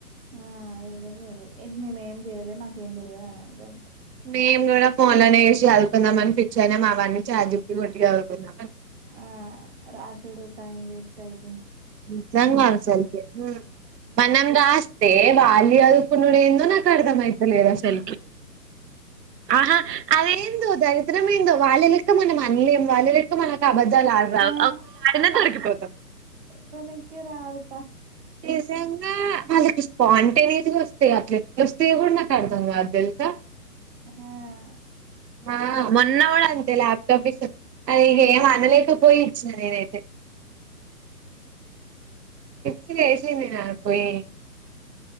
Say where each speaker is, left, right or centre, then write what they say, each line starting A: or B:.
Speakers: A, on the right; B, on the right.
A: ఆ ఎవ్వరు లేరు ఏ మేము ఏం చేయ్యాలే మాకేం తెలవదు అన్నది అంతే
B: మేము కూడా ఫోన్లోనే చేసి చదువుకుందామని ఫిక్స్ అయినా మా అవన్ని చాట్ జీపీటి కొట్టి చదువుకుందాం
A: ఆ రాశిడు టైమ్ వేస్ట్ అయి
B: నిజంగా అస్సలకి మనం రాస్ ఏ వాళ్ళే చదుకునుడు ఏందో నాకు అర్థమయితలేదు అసలకి
A: ఆ
B: ఆహా అదేందో దరిద్రం ఏందో వాళ్ళె లక్క మనం అన్ని వాళ్ళు లక్క మన అబద్దాలు ఆడరాదు
A: ఆ,
B: వెంటనే దొరికిపోతాం
A: పనికిరాదు
B: నిజంగా మళ్ళ కిష్ పాంటనియస్ గా వస్తయి అట్లెట్ల వస్తాయో కూడా నాకు అర్థం కాదు తెలుసా
A: ఆ
B: ఆ మొన్న కూడా అంతే ల్యాప్టాప్ ఇస్తా అది ఏం అనలేకపోయి ఇస్ నేనయితే గట్టిగా ఏసింది గా పోయి